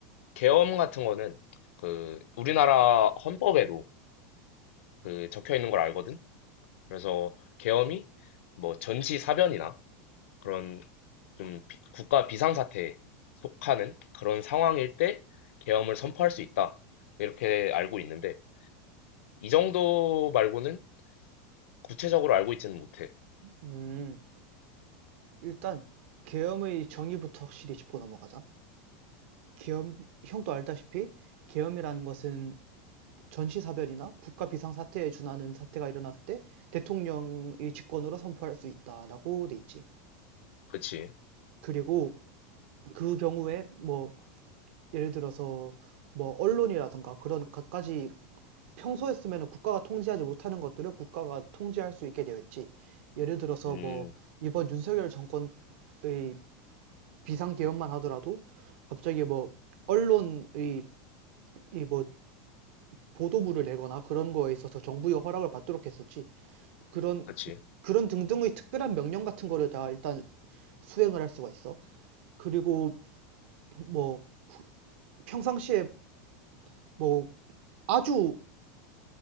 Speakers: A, on the left; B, on the right.
A: 계엄 같은 거는 그 우리나라 헌법에도 그 적혀 있는 걸 알거든. 그래서 계엄이 뭐 전시사변이나 그런 좀 비- 국가 비상사태에 속하는 그런 상황일 때 계엄을 선포할 수 있다. 이렇게 알고 있는데, 이 정도 말고는 구체적으로 알고 있지는 못해.
B: 음, 일단 계엄의 정의부터 확실히 짚고 넘어가자. 계엄, 형도 알다시피 계엄이라는 것은 전시사변이나 국가 비상사태에 준하는 사태가 일어났을 때 대통령의 직권으로 선포할 수 있다라고 돼 있지.
A: 그치.
B: 그리고 그 경우에 뭐 예를 들어서 뭐 언론이라든가 그런 갖가지 평소에 쓰면은 국가가 통제하지 못하는 것들을 국가가 통제할 수 있게 되어 있지. 예를 들어서
A: 음,
B: 뭐 이번 윤석열 정권의 비상 개헌만 하더라도 갑자기 뭐 언론의 이 뭐 보도부를 내거나 그런 거에 있어서 정부의 허락을 받도록 했었지. 그런
A: 그치.
B: 그런 등등의 특별한 명령 같은 거를 다 일단 수행을 할 수가 있어. 그리고 뭐 평상시에 뭐 아주